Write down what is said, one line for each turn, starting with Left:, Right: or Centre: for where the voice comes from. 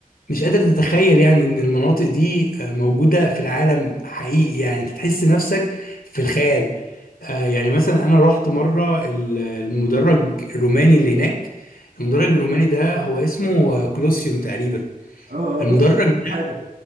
Left: مش قادر تتخيل يعني ان المناطق دي آه، موجودة في العالم حقيقي يعني انت تحس نفسك في الخيال آه، يعني مثلا انا رحت مرة ال- المدرج الروماني اللي هناك المدرج الروماني ده هو اسمه آه، كولوسيوم تقريبا
Right: اه اه بص
Left: المدرج
Right: أنا هقول حاجة